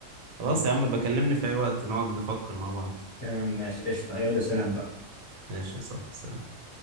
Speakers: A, on the right; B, on the left.
A: خلاص
B: تمام
A: يا عم بكلمني في اي وقت نقعد نفكر مع بعض
B: تمام، ماشي قشطة يلا سلام بقى
A: ماشي يا صاحبي سلام.